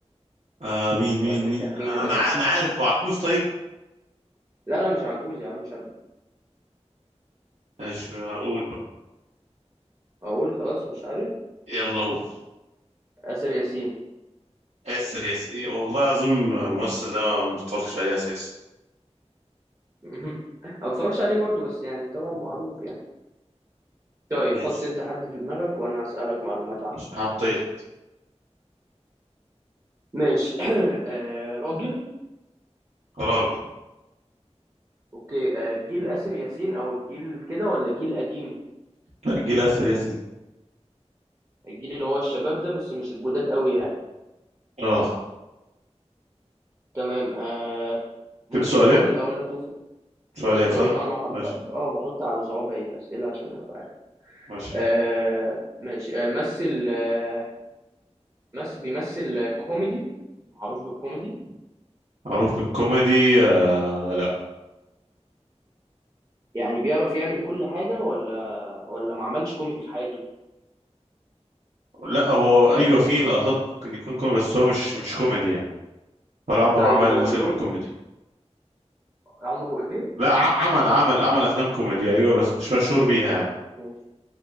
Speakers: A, on the right; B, on the right.
A: آه مين مين
B: وأديك
A: مين
B: تخمينة
A: انا
B: تانية
A: ع- انا عارف هو عجوز طيب
B: لا لا مش عجوز يا عم مش
A: مش اقول بقى
B: اقول خلاص مش عارف
A: يلا قول
B: آسر ياسين
A: ياسر ياسر إيه، والله العظيم الممثل ده ما مفترضش عليه اساسا
B: <laughs> ما بتفرجش عليه برضه بس يعني طبعا معروف يعني طيب
A: ماشي
B: حط انت حد في دماغك وانا اسالك معلومات عنه
A: مش حطيت
B: ماشي <clears throat> آه راجل
A: راجل
B: اوكي آه جيل آسر ياسين او الجيل كده ولا جيل قديم
A: لا جيل ياسر ياسين
B: الجيل اللي هو الشباب ده بس مش الجداد قوي يعني
A: اه
B: تمام آه ممكن
A: كده سؤالين
B: نقول اقول لك مثلا
A: سؤالين
B: كده سؤالين
A: صح
B: اه انا حب
A: ماشي
B: اه بحط على صوابعي الاسئله عشان ابقى عارف
A: ماشي
B: آه ماشي آه مثل آه مس... بيمثل كوميدي معروف بالكوميدي
A: معروف بالكوميدي آه لا
B: يعني بيعرف يعمل كل حاجة ولا ولا ما عملش كوميدي في حياته
A: لا هو ايوه فيه لقطات ممكن يكون كوميدي بس هو مش مش كوميدي يعني ولا عمره
B: طيب
A: عمل
B: هو
A: فيلم
B: جو
A: كوميدي
B: عمره ايه
A: لا ع- عمل عمل عمل افلام كوميدي ايوه
B: عمل
A: بس مش مشهور بيها
B: عمل
A: يعني
B: ماشي